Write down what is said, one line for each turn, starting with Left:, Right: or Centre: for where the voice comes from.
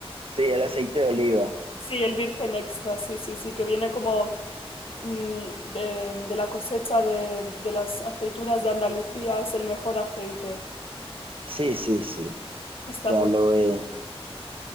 Right: sí, el aceite de oliva.
Left: Sí, el virgen extra, sí, sí, sí, que viene como... mm, de, de la cosecha de, de las aceitunas de Andalucía es el mejor aceite.
Right: Sí, sí, sí,
Left: Está
Right: ya
Left: muy
Right: lo he.